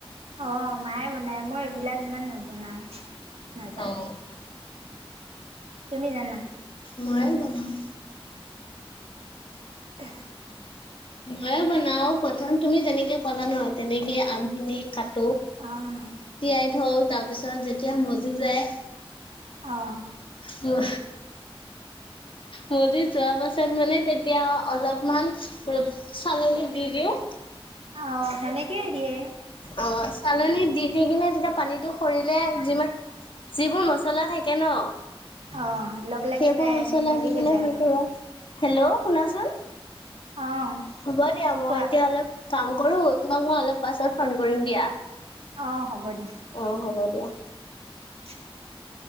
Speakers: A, on the right; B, on the left.
A: অ', মায়ে বনাই মই এইবিলাক ইমান নবনাওঁ। নাজান
B: অ',
A: তুমি জানা?
B: ময় বনাওঁ।
A: উ।
B: মইয়ে বনাও প্ৰথম তুমি যেনেকে ক'লা নহয় তেনেকে আম খিনি কাট
A: আম
B: তিয়াই থৈ তাৰ পিছত যেতিয়া মজি যায়।
A: অঁ।
B: ম মজি যোৱা পাছত মানে তেতিয়া অলপমান চালনীত দি দিওঁ
A: অ, সেনেকেই দিয়ে।
B: অ, চালনী দি-দি কিনে জেতিয়া পানীতটো সৰিলে যিমান-যিবোৰ মচলা থাকে ন
A: অ', লগ লাগি
B: সেইবোৰ
A: যায়
B: মচলা
A: মিহলি
B: দি
A: হৈ
B: কিনে
A: যায়
B: ভাল
A: আৰু
B: পা হেল্ল' শুনাচোন।
A: অ',
B: হ'ব দিয়া মই
A: কোৱা
B: এতিয়া অলপ কাম কৰো তোমাক মই অলপ পাছত ফোন কৰিম দিয়া।
A: অ', হ'ব দিয়া।
B: অ হ'ব দিয়া।
A: উম।